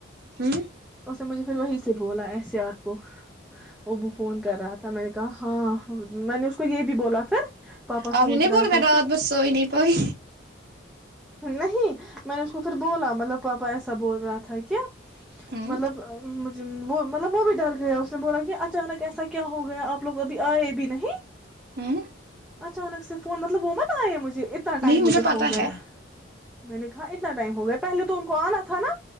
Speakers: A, on the right; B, in the centre.
A: ہوں
B: اس نے مجھے پھر وہی سے بولا ایسے آ کو ا فون کر رہا تھا میں نے کہا ہاں میں نے اس کو یہ بھی بولا پھر <unintelligible>
A: آنی
B: سوچ
A: نہیں
B: رہا
A: بول
B: تھا
A: میں رات
B: کہ
A: بسوئی نہیں پئی
B: نہیں میں نے اس کو پھر بولا مطلب پاپا ایسا بول رہا تھا کیا
A: ہوں
B: مطلبجھ وہ مطلب وہ بھی ڈر گیا اس نے بولا کہ اچانک ایسا کیا ہو گیا آپ لوگ ابھی آئے بھی نہیں
A: ہوں
B: اچانک سے فون مطلب وہ مت آئے مجھے اتنا ٹائم
A: نہیں مجھے پتا
B: ہو گیا
A: ہے
B: میں نے کہا اتنا ٹائم ہو گیا پہلے تو ان کو آنا تھا نا